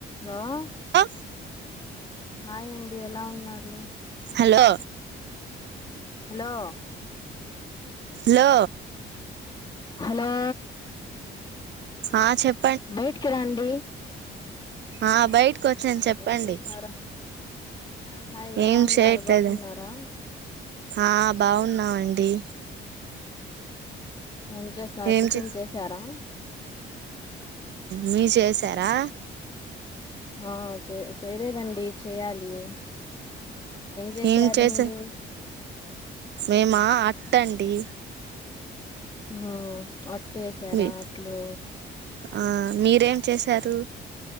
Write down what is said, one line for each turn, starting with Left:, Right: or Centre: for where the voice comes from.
Left: Hello
Right: అ
Left: hi అండి ఎలా ఉన్నారు
Right: హలో
Left: హలో
Right: లో
Left: హలో
Right: ఆ చెప్
Left: బయటకి రండి
Right: ఆ బయటకి ఒ చన్ చెప్పండి
Left: ఏం చేస్తున్నారా హాయ్ ఎలా
Right: ఏం
Left: ఉన్నారు
Right: చేయట్లేద
Left: బాగున్నారా
Right: ఆ బాగున్నామండి
Left: ఏం చేస్తన్నర్
Right: ఏం
Left: టిఫిన్
Right: చే
Left: చేసారా
Right: మీ చేశారా
Left: ఆ చే చేయలేదండి చేయాలి చేసారు
Right: ఏం చేసా
Left: మీరు
Right: మేమా అట్ట అండి
Left: హ్మ్ అట్ వేసారా
Right: మీ
Left: అట్లు
Right: ఆ మీరేం చేశారు